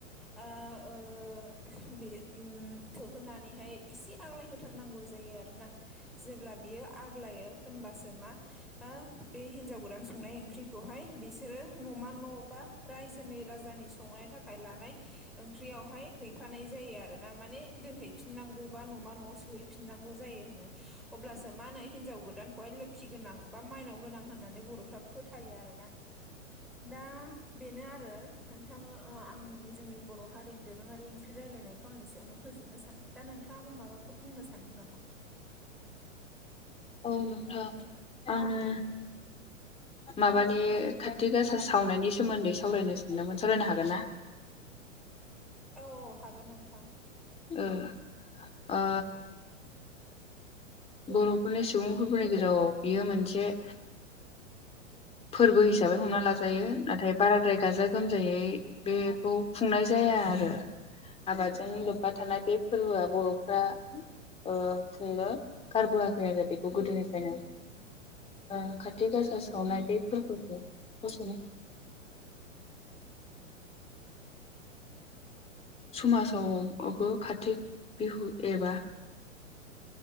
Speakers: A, in the centre; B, on the left (about 15°).
A: आ ओ बि थोहोनानैहाय इसे आग्लायहथारनांगौ जायो आरोना जेब्ला बियो आग्लायो होनबासो मा आ बे हिनजाव गोदान संनाय ओंख्रिखौहाय बिसोरो नमा न' बा रायजोनि राजानि संनायनि थाखाय लानाय ओंख्रियावहाय हैफानाय जायो आरो ना माने दोनहैफिननांगौबा न'मा न'आव सोहै फिननांगौ जायो होनो अब्लासो मा होनो हिनजाव गोदानखौहाय लोखि गोनां बा माइनाव गोनां होननानै बर'फ्रा फोथायो आरोना दा बेनो आरो। नोंथाङा आंनि जोंनि बर' हारिनि दोरोङारि ओंख्रि रायजलायनायखौ आं एसेयावनो फोजोबनो सानबाय दा नोंथाङाबो माबाफोर बुंनो सानदों नामा?
B: औ नोंथां आङो माबानि खाथि गासा सावनायनि सोमोन्दै सावरायनो सानदोंमोन सावरायनो हागोन ना?
A: औ औ हागोन नोंथां।
B: ओ ओ बर'फोरनि सुबुंफोरफोरनि गेजेराव बियो मोनसे फोरबो हिसाबै हमना लाजायो नाथाय बारा द्राय गाजा गोमजायै बेखौ खुंनाय जाया आरो। आबादजों लोब्बा थानाय बे फोरबोआ बर'फ्रा ओ खुंनो खारबोआखै आरो बेखौ गोदोनिफ्रायनो। ओ खाथि गासा सावनाय बे फोरबोखौ फसंनो समाजावबो कारतिक बिहु एबा